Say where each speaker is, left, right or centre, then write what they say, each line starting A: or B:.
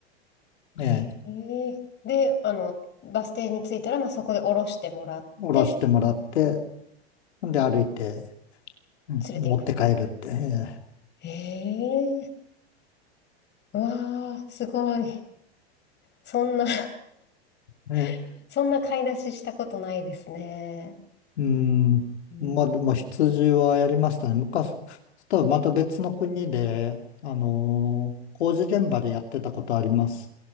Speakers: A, on the left; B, on the left.
A: ええで、
B: ええ、
A: あの、バス停に着いたら、まあ、そこで降ろしてもらって、
B: 下ろしてもらって、んで歩いて、
A: あ
B: うん持って帰るって、
A: 連れていくという。
B: え
A: ええうわあ、すごい。そんな
B: えね
A: <laughs> そんな買い出ししたことないですね。
B: うん。
A: うん、
B: まあ、でも羊はやりましたね。昔、とはまた別の国で、あのー工事現場でやってたことあります。